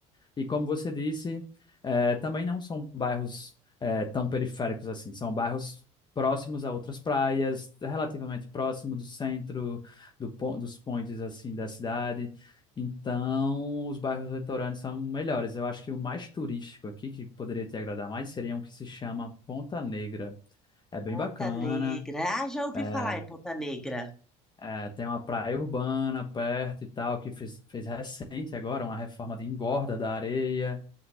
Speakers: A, on the left; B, in the centre.
A: E como você disse, eh, também não são bairros eh, tão periféricos assim, são bairros próximos a outras praias, relativamente próximo do centro, do, pon- dos pontes assim da cidade. Então, os bairros litorâneos são melhores. Eu acho que o mais turístico aqui, que poderia te agradar mais, seria um que se chama Ponta Negra. É bem
B: Ponta
A: bacana.
B: Negra. Ah, já ouvi
A: É,
B: falar em Ponta Negra.
A: é, tem uma praia urbana perto e tal, que fez, fez recente agora uma reforma de engorda da areia.